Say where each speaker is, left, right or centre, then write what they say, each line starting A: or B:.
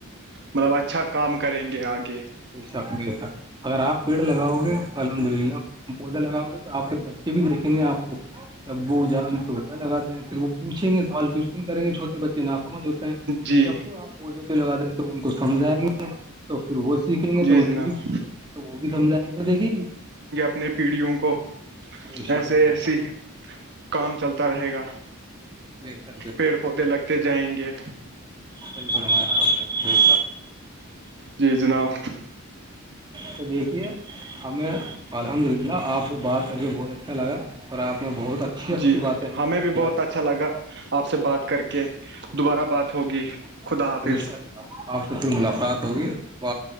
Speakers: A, on the right; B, on the right.
A: مطلب اچھا کام کریں گے آگے
B: بے شق بے شک اگر آپ پیڑ لگاؤ گے تو الحمد للہ پودا لگاؤ گے تو آپ کے بچ بھی دیکھیں گے آپ کو تبو جان تو پت لگا ہے پھر وہ پوچیں گے سوال کوشچن کریں گے چھوٹے بچے ناکمج ہوتے
A: جی
B: کہ ابو آپ پودے پ لگا دیں تو ان کو سمجھائیں گے تو پھر وہ سیکھیں گے
A: جی
B: تو ان
A: جناب
B: کی بھی وہ بھی سمھائیں گے تو دیکھیے اس
A: اپنی پیڑھیوں کو
B: بے شک
A: ایسے
B: بے
A: ایسی
B: شک
A: کام چلتا رہے گا
B: بے شک بے
A: پیڑ
B: شک
A: پودے لگتے جائیں گے
B: صحی فرمایا آپ نے دس
A: جی جناب
B: تو دیکھیے ہمیں الحمد للہ آپ سے بات کر کے بہت اچھا لگا اور آپ نے بہت اچھی اچھی
A: جی
B: باتیں ہمیں بتلائی
A: بھی بہت اچھا لگا آپ سے بات کر کے دوبارہ
B: الحمد
A: بات ہوگی
B: للہ
A: خدا حافظ
B: انشاء اللہ آپ سے ملاقات ہوگی و